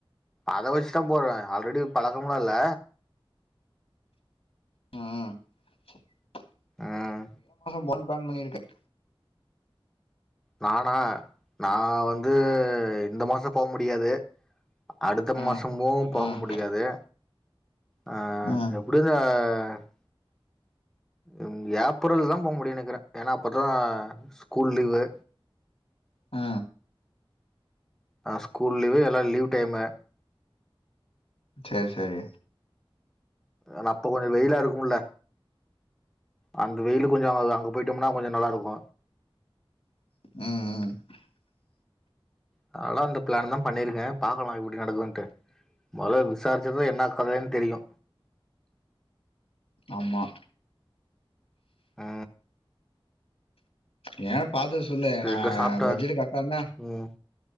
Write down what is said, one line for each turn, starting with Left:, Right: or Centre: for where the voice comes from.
Centre: அத வெச்சுதா போற ஆல்ரெடி பழக்கம்லா இல்ல
Left: ம் <unintelligible>
Centre: ம்.
Left: ப்ளான் பண்ணிருக்க
Centre: நானா நா வந்து இந்த மாசொ போ முடியாது அடுத்த
Left: ம்
Centre: மாசமோ போக
Left: ம்
Centre: முடியாது ஆ
Left: ம்
Centre: எப்டியு இந்த அ ம் ஏப்ரல்லதா போ முடியு நெக்கிற ஏன்னா அப்பதா ஸ்கூல் லீவு
Left: ஆ
Centre: ஆ ஸ்கூல் லீவு எல்லா லீவ் டைமு
Left: சேர் சேரி
Centre: எனா அப்ப கொஞ்ச வெயிலா இருக்கும்ல அந்த வெயிலு கொஞ்சோ அது அங்க போய்ட்டோம்னா கொஞ்சோ நல்லா இருக்கு
Left: ம் ம்
Centre: அத்னாலதா இந்த ப்ளானுதா பண்ணிருக்க பாக்கலா எப்டி நடக்குதூன்ட்டு மொதல வி சாரிச்சாதா என்ன கதேன் தெரியு
Left: ஆமா
Centre: ஆ
Left: ஏ பாத்து சொல்லு
Centre: சரி
Left: நா
Centre: எங்க சாப்ட்ட
Left: பட்ஜெடு கரெக்ட்டா இருந்தா
Centre: ம்